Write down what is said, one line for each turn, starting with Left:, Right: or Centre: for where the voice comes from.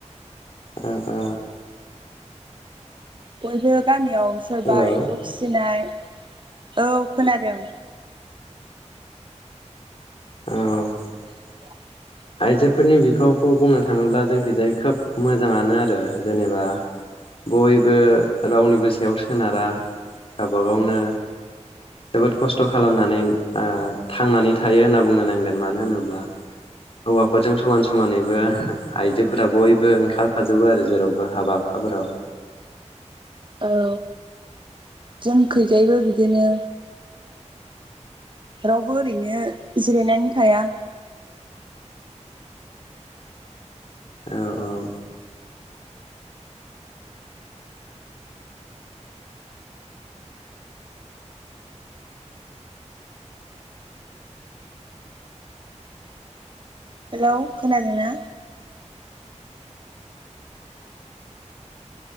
Left: ओ ओ
Right: बयबो गामि याव सोरबा
Left: हेलौ
Right: एम्फौ फिसिनाय औ खोनादों
Left: औ
Right: <unintelligible>
Left: आइजोफोरनि बिफावखौ बुंनो थाङोब्ला जोंखिजाय खोब मोजाङानो आरो जेनेबा बयबो रावनिबो सायाव सोनारा गावब गावनो जोबोद खस्थ' खालामनानै आ थांनानै थायो होनना बुंनो नांगोन मानो होनोब्ला हौवाफोरजों समान समानैबो आइजोफोरा बयबो बो ओंखारफाजोबो आरो जेराव हाबा हुखाफोराव
Right: ओ जोंखैजायबो बिदिनो रावबो ओरैनो जिरायनानै थाया
Left: औ औ
Right: हेलौ खोनादोंना